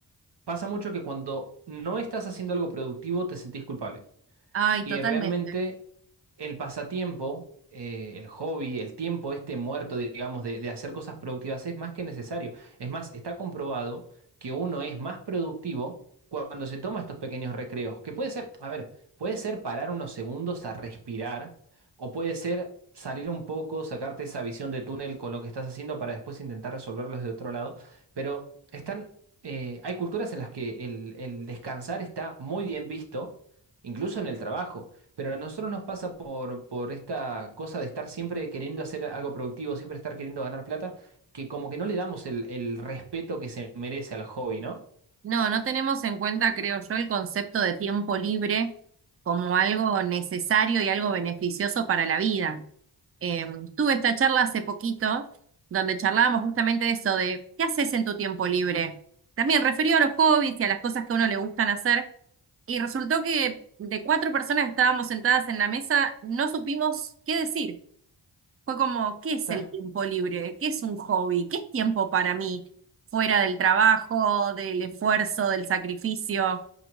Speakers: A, on the right; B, on the right.
A: pasa mucho que cuando no estás haciendo algo productivo te sentís culpable.
B: Ay,
A: Y
B: totalmente.
A: realmente el pasatiempo, eh, el hobby, el tiempo este muerto, digamos, de, de hacer cosas productivas es más que necesario. Es más, está comprobado que uno es más productivo cuando se toma estos pequeños recreos, que puede ser, a ver, puede ser parar unos segundos a respirar, o puede ser salir un poco, sacarte esa visión de túnel con lo que estás haciendo para después intentar resolverlo desde otro lado, pero están... eh, hay culturas en las que el el descansar está muy bien visto incluso en el trabajo. Pero a nosotros nos pasa por, por esta cosa de estar siempre queriendo hacer algo productivo, siempre estar queriendo ganar plata, que como que no le damos el, el respeto que se merece al hobby, ¿no?
B: No, no tenemos en cuenta, creo yo, el concepto de tiempo libre como algo necesario y algo beneficioso para la vida. Eh, tuve esta charla hace poquito, donde charlábamos justamente de eso, de qué haces en tu tiempo libre. También referido a los hobbies y a las cosas que a uno le gustan hacer. Y resultó que de cuatro personas que estábamos sentadas en la mesa, no supimos qué decir. Fue como, ¿qué es
A: Claro,
B: el tiempo libre? ¿Qué es un hobby? ¿Qué es tiempo para mí? Fuera del trabajo, del esfuerzo, del sacrificio.